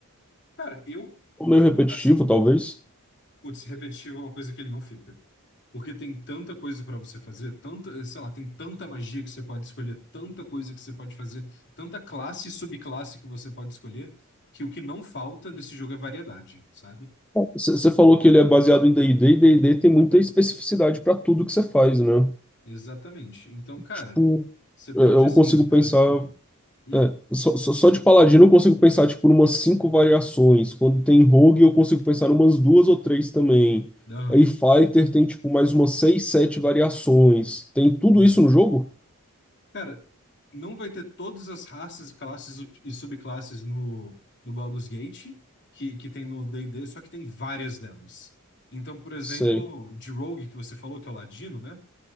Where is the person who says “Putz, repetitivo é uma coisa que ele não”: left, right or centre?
Left